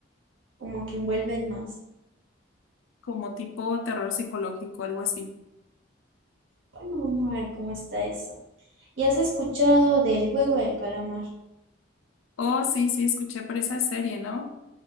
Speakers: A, on the right (about 75°); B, on the left (about 85°).
A: como que envuelven más.
B: como tipo terror psicológico, algo así.
A: Bueno, vamos a ver cómo está eso. ¿Y has escuchado del juego del calamar?
B: Oh, sí, sí, escuché por esa serie, ¿no?